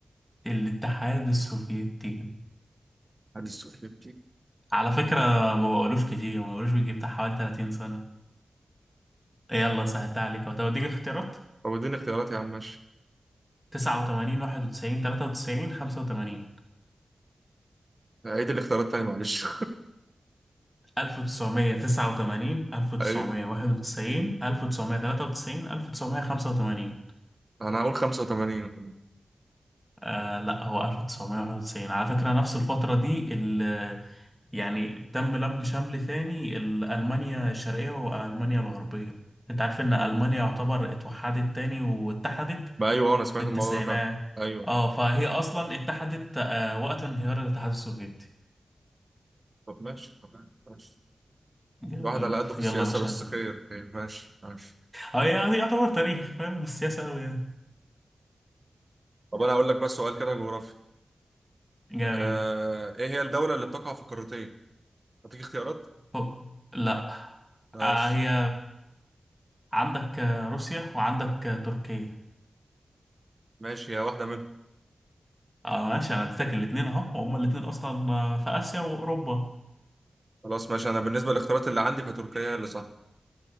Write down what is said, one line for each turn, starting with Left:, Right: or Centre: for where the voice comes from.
Centre: الاتحاد السوفيتي
Right: هدي السؤال.
Centre: على فكرة ما بقولوش كتير ما بقولوش بيجي بتاع حوالي 30 سنة يلا سهلتها عليك اهو طب اديك اختيارات
Right: طب اديني اختيارات يا عم ماشي
Centre: 89 91 93 85
Right: عيد الاختيارات تاني معلش
Centre: 1989 1991
Right: <laughs> ايوه
Centre: 1993 1995
Right: انا هقول 85
Centre: آه لا هو 1991 على فكرة نفس الفترة دي ال- يعني تم لم شمل ثاني ال- ألمانيا الشرقية وألمانيا الغربية انت عارف ان ألمانيا يعتبر اتوحدت تاني واتحدت
Right: ما ايوه انا سمعت
Centre: في التسعينات
Right: الموضوع ده فعلا ايوه
Centre: اه
Right: أيوة.
Centre: فهي اصلا اتحدت آه وقت انهيار الاتحاد السوفيتي
Right: طب ماشي طب ماشي
Centre: جميل
Right: الواحد على قده في
Centre: يلا
Right: السياسة
Centre: يا باشا
Right: بس
Centre: دور.
Right: خير خير ماشي ماشي
Centre: اه هي- هي يعتبر تاريخ فاهم السياسة أوي يعني
Right: طب انا هقول لك بس سؤال كده جغرافي
Centre: جميل
Right: آه... ايه هي الدولة اللي بتقع في قارتين هديك اختيارات
Centre: أوك. لا
Right: ماشي
Centre: آه هي عندك آه، روسيا وعندك آه، تركيا
Right: ماشي هي واحدة منهم
Centre: اه ماشي انا اديتك الاتنين اهو وهم الاتنين اصلا آه، في اسيا واوروبا
Right: خلاص ماشي انا بالنسبة للاختيارات اللي عندي فتركيا هي اللي صح